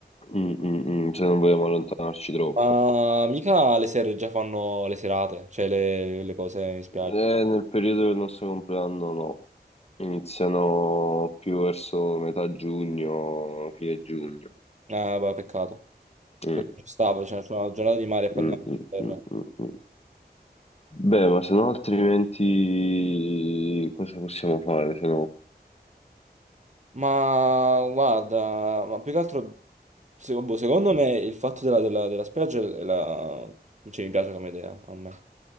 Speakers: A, on the left; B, on the right.
A: Mm, mm, mm, se non vogliamo allontanarci troppo.
B: Ma mica le sere già fanno le serate, cioè le, le cose in spiaggia.
A: Eh, nel periodo del nostro compleanno no. Iniziano più verso metà giugno, fine giugno.
B: Eh, vabbè, peccato.
A: Mm,
B: Ci stava, cioè, c'è una giornata di mare e poi
A: mm,
B: andiamo
A: mm,
B: alle serre.
A: mm, mm, mm. Beh, ma se no altrimenti cosa possiamo fare? Se no...
B: Ma guarda, ma più che altro, se- boh, secondo me il fatto della, della- della spiaggia è la... non ci mi piace come idea a me.